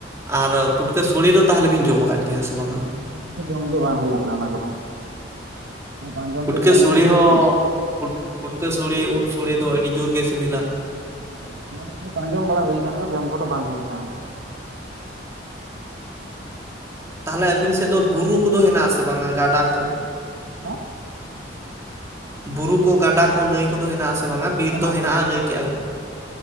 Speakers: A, on the right; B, on the right.
A: ᱟᱨ ᱯᱩᱴᱠᱟᱹ ᱥᱚᱲᱮ ᱫᱚ ᱛᱟᱦᱚᱞᱮ ᱵᱮᱱ ᱡᱚᱢ ᱠᱟᱫ ᱜᱮᱭᱟᱸ ᱥᱮ ᱵᱟᱝᱟ?
B: ᱚᱱᱟ ᱠᱚ ᱡᱚᱢ ᱵᱟᱝ ᱦᱩᱭᱩ ᱠᱟᱱᱟ ᱚᱱᱟ ᱠᱚᱫᱚ ᱟᱸᱡᱚᱢ
A: ᱯᱩᱴᱠᱟᱹ
B: ᱛᱮᱫ ᱜᱮ ᱟᱸᱡᱚᱢ
A: ᱥᱚᱲᱮ
B: ᱦᱩᱭ
A: ᱦᱚᱸ ᱯᱩᱴ ᱯᱩᱴᱠᱟᱹ ᱥᱚᱲᱮ ᱩᱫ ᱥᱚᱲᱮ ᱫᱚ ᱟᱹᱰᱤ ᱡᱳᱨ ᱜᱮ ᱥᱤᱵᱤᱞᱟ?
B: ᱦᱮᱸ ᱦᱮᱸ ᱚᱱᱟ ᱠᱚ ᱟᱡᱚᱢ ᱵᱟᱲᱟ ᱦᱩᱭᱠᱟᱱ ᱜᱮᱭᱟ ᱡᱚᱢ ᱠᱚᱫᱚ ᱵᱟᱝ ᱦᱩᱭ ᱟᱠᱱᱟ᱾
A: ᱛᱟᱦᱚᱞᱮ ᱟᱹᱵᱤᱱ ᱥᱮᱫ ᱫᱚ ᱵᱩᱨᱩ ᱠᱚᱫᱚ ᱦᱮᱱᱟᱜ ᱟᱥᱮ ᱵᱟᱝᱟ ᱜᱟᱰᱟ ᱠᱚ?
B: ᱦᱮᱸ?
A: ᱵᱩᱨᱩ ᱠᱚ ᱜᱟᱰᱟ ᱠᱚ ᱱᱟᱹᱭ ᱠᱚᱫᱚ ᱦᱮᱸᱱᱟᱜᱼᱟ ᱥᱮ ᱵᱟᱝᱟ ᱵᱤᱨ
B: ᱢᱮᱱᱟᱜ
A: ᱫᱚ ᱦᱮᱸᱱᱟᱜᱼᱟ
B: ᱜᱮᱭᱟ
A: ᱞᱟᱹᱭ ᱠᱮᱜᱼᱟ ᱵᱤᱱ?